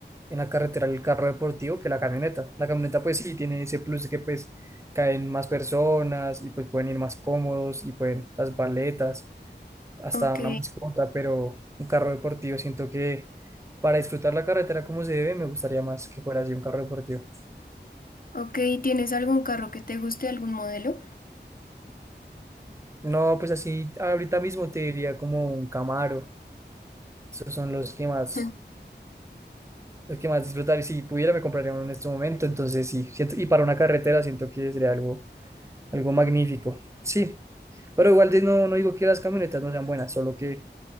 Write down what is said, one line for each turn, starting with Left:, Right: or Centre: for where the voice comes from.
Right: en la carretera el carro deportivo que la camioneta. La camioneta, pues sí, tiene ese plus de que, pues, caen más personas y pues pueden ir más cómodos y pueden las baletas. hasta
Left: Ok,
Right: una mascota, pero un carro deportivo. Siento que para disfrutar la carretera como se debe, me gustaría más que fuera así un carro deportivo.
Left: ok, ¿tienes algún carro que te guste, algún modelo?
Right: No, pues así ahorita mismo te diría como un Camaro. Esos son los que más,
Left: <laughs>
Right: los que más disfrutar. Y si pudiera, me compraría uno en este momento. Entonces sí, siento, y para una carretera siento que sería algo, algo magnífico. Sí, pero igual de- no, no digo que las camionetas no sean buenas, solo que